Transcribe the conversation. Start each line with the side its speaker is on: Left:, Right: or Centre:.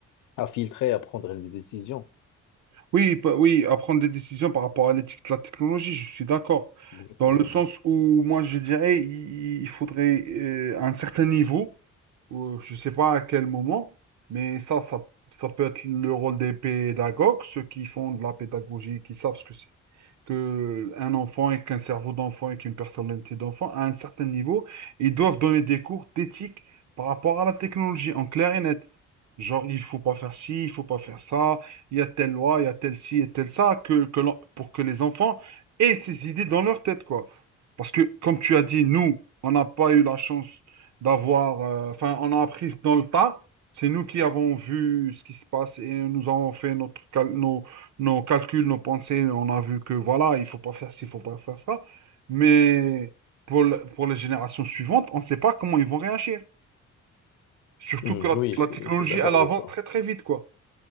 Left: à filtrer, à prendre les décisions.
Right: Oui, pa- oui, à prendre des décisions par rapport à l'éthique de la technologie, je suis d'accord.
Left: Exactement.
Right: Dans le sens où, moi, je dirais, il, il faudrait euh, un certain niveau, ou je ne sais pas à quel moment, mais ça, ça, ça peut être le rôle des pédagogues, ceux qui font de la pédagogie, qui savent ce que c'est que un enfant et qu'un cerveau d'enfant et qu'une personnalité d'enfant, à un certain niveau, ils doivent donner des cours d'éthique par rapport à la technologie, en clair et net. Genre, il faut pas faire ci, il faut pas faire ça, il y a telle loi, il y a telle ci et telle ça, que, que l'en- pour que les enfants aient ces idées dans leur tête, quoi. Parce que, comme tu as dit, nous, on n'a pas eu la chance d'avoir, euh, enfin, on a appris dans le tas. C'est nous qui avons vu ce qui se passe et nous avons fait notre, cal- nos, nos calculs, nos pensées, on a vu que voilà, il faut pas faire ci, il faut pas faire ça. Mais pour, le- pour les générations suivantes, on ne sait pas comment ils vont réagir. Surtout
Left: Hmm,
Right: que la,
Left: oui, je
Right: la
Left: suis,
Right: technologie,
Left: je suis d'accord
Right: elle
Left: avec
Right: avance
Left: toi.
Right: très très vite, quoi.